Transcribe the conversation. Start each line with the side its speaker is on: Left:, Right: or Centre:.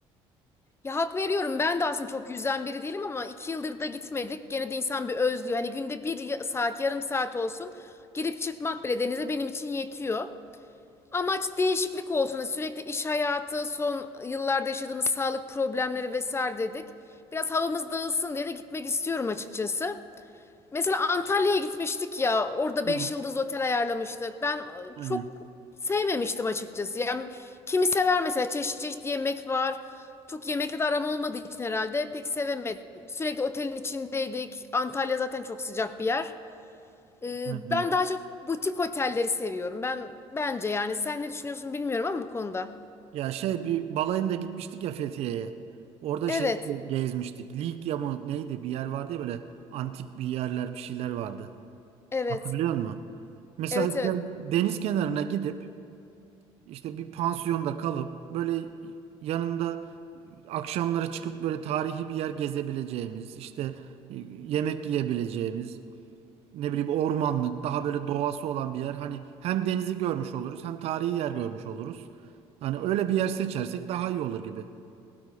Left: Ya hak veriyorum ben de aslında çok yüzden biri değilim ama iki yıldır da gitmedik. Gene de insan bir özlüyor. Hani günde bir ya- saat yarım saat olsun girip çıkmak bile denize benim için yetiyor. Amaç değişiklik olsun. Hani Sürekli iş hayatı, son yıllarda yaşadığımız sağlık problemleri vesaire dedik. Biraz havamız dağılsın diye de gitmek istiyorum açıkçası. Mesela Antalya'ya gitmiştik ya. Orada
Right: Hı,
Left: 5 yıldız otel ayarlamıştık. Ben e,
Right: Aynen,
Left: çok sevmemiştim açıkçası. Yani kimi sever mesela çeşit çeşit yemek var. Çok yemekle de aram olmadığı için herhalde pek sevemedim. Sürekli otelin içindeydik. Antalya zaten çok sıcak bir yer. Ee,
Right: aynen.
Left: ben daha çok butik otelleri seviyorum. Ben bence yani sen ne düşünüyorsun bilmiyorum ama bu konuda.
Right: Ya şey bir balayında gitmiştik ya Fethiye'ye. Orada
Left: Evet.
Right: şey gezmiştik. Likya mı neydi? Bir yer vardı ya böyle antik bir yerler bir şeyler vardı.
Left: Evet.
Right: Hatırlıyor musun? Mesela
Left: Evet
Right: işte
Left: evet.
Right: deniz kenarına gidip işte bir pansiyonda kalıp böyle yanında akşamlara çıkıp böyle tarihi bir yer gezebileceğimiz, işte e, yemek yiyebileceğimiz, ne bileyim ormanlık, daha böyle doğası olan bir yer. Hani hem denizi görmüş oluruz, hem tarihi yer görmüş oluruz. Hani öyle bir yer seçersek daha iyi olur gibi.